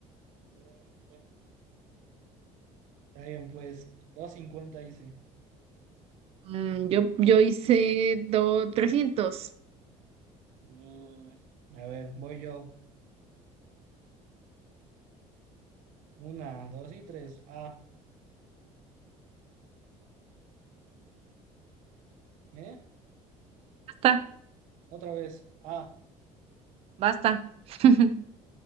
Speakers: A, on the right; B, on the right.
A: Mm, Está bien, pues dos cincuenta hice.
B: Mm, yo, yo hice do, 300.
A: Mm, a ver, voy yo. Una, dos y tres. A, ¿eh?
B: Basta,
A: Otra vez. A,
B: basta. <laughs>